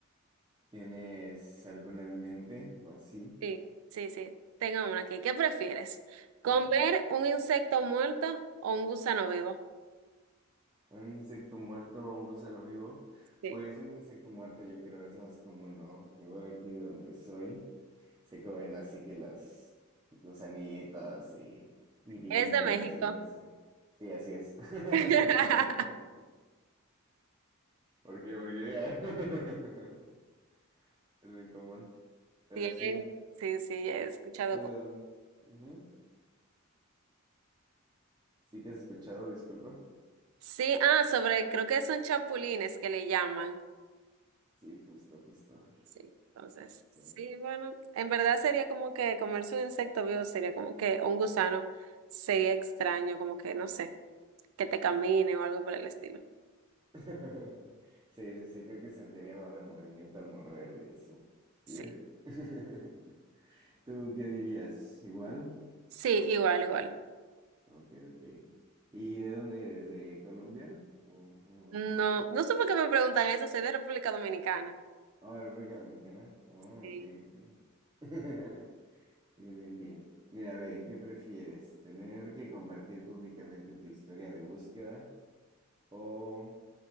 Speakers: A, on the right; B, on the right.
A: ¿Tienes alguna en mente o así?
B: Sí, sí, sí. Tengo una aquí. ¿Qué prefieres? ¿Comer
A: A ver.
B: un insecto muerto o un gusano vivo?
A: ¿Un insecto muerto o un gusano vivo?
B: Sí.
A: Pues un insecto muerto yo creo es más común, ¿no? Igual aquí de donde soy se comen así que las gusanitas y grillos
B: ¿Eres de México?
A: y cosas así. Sí, así es. <laughs>
B: <laughs>
A: ¿Por qué? ¿Por qué? <laughs> Es muy común. Pero
B: Tienen,
A: sí,
B: sí, sí, he escuchado.
A: ¿tú de dónde? Ujú. Sí que has escuchado, disculpa.
B: Sí, ah, sobre, creo que son chapulines que le llaman.
A: Sí, justo, justo.
B: Sí, entonces,
A: Sí.
B: sí, bueno, en verdad sería como que comerse un insecto vivo, sería como que o un gusano, sería extraño, como que, no sé, que te camine o algo por el estilo.
A: <laughs> Sí, sí, sí, creo que sentiría más remordimiento al morderlo y así.
B: Sí,
A: Ugh. <laughs> ¿Tú qué dirías? ¿Igual?
B: sí, igual, igual.
A: Ok, ok. ¿Y de dónde eres? ¿De Colombia? ¿O algo por
B: No,
A: el estilo?
B: no sé por qué me preguntan eso, soy de República Dominicana.
A: oh, República Dominicana? Oh,
B: Sí.
A: ok, ok. <laughs> Bien, bien, bien. Mira, ve, ¿qué prefieres? ¿Tener que compartir públicamente tu historia de búsqueda o